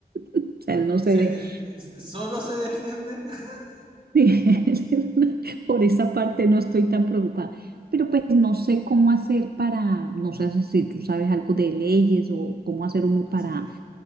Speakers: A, on the right; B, on the right.
A: o sea, él no se
B: Se-
A: deja.
B: eh, s- ¿Solo se defiende? <laughs>
A: Sí, <laughs> por esa parte no estoy tan preocupada. Pero pues no sé cómo hacer para, no sé si tú sabes algo de leyes o cómo hacer uno
B: Así
A: para,
B: es.